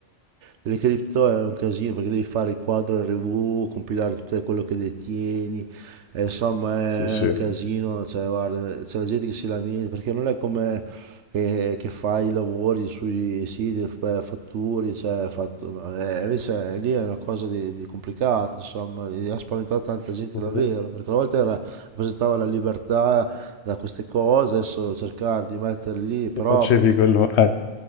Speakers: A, on the right; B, on the left.
A: delle cripto è un casino perché devi fare il quadro RV, compilare tutto quello che detieni, eh, insomma è
B: sì, sì.
A: un casino, cioè, guarda, c'è la gente che si lamenta perché non è come che, che fa i lavori sui siti, eh, fatturi, cioè, fatto- no, eh, invece lì è una cosa di, di complicata, insomma, e ha spaventato tanta gente
B: Mhm.
A: davvero, perché una volta era- rappresentava la libertà da queste cose, adesso cercare di mettere lì, però...
B: E facevi quello, eh.